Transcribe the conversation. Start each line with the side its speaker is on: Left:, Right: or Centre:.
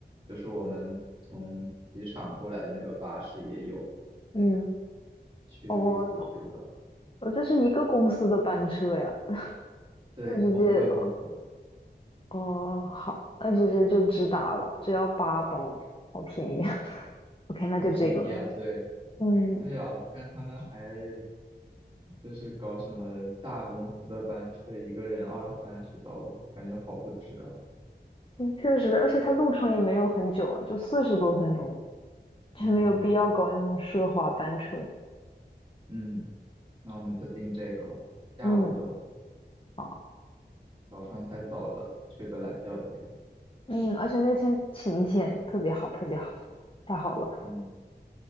Right: 就是我们从机场过来的那个巴士也有
Left: 嗯，
Right: 去路易斯湖的，
Left: 哦，呃这是一个公司的班车呀，
Right: 对，
Left: 那直接
Right: 同一个公司，
Left: 哦，好，那直接就直达了，只要八刀，好便宜。<laughs> OK，那就这个了。
Right: 好便宜啊！对，
Left: 嗯，
Right: 对啊，我看他们还就是搞什么大公司的班车，一个人二三十刀，感觉好不值啊。
Left: 嗯确实，而且它路程也没有很久啊，就四十多分钟，就没有必要搞那种奢华班车。
Right: 嗯嗯，那我们就定这个下午的，
Left: 嗯。好。
Right: 早上太早了，睡个懒觉先。
Left: 嗯，而且那天晴天，特别好，特别好，太好了。
Right: 嗯，